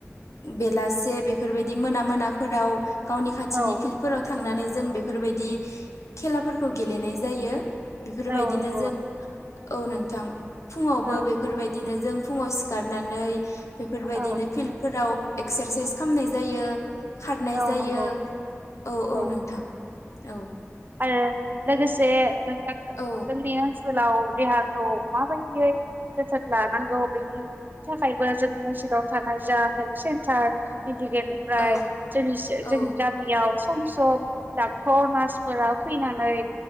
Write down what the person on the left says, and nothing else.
बेलासे बेफोरबायदि मोना मोनाफोराव गावनि खाथिनि
फिल्डफोराव थांनानै जों बेफोरबायदि खेलाफोरखौ गेलेनाय जायो बेफोरबायदिनो
जों औ नोंथां फुङावबो
बेफोरबायदिनो जों फुङाव सिखारनानै। बेफोरबायदिनो
फिल्डफोराव एक्सारसाइस खालामनाय जायो। खारनाय
जायो
औ-औ
नोंथां औ।
औ
औ
औ